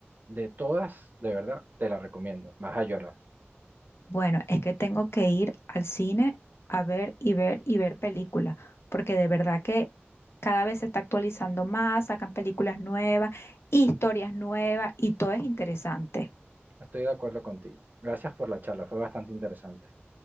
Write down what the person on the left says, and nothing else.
Bueno, es que tengo que ir al cine a ver y ver y ver películas, porque de verdad que cada vez se está actualizando más, sacan películas nuevas, historias nuevas y todo es interesante.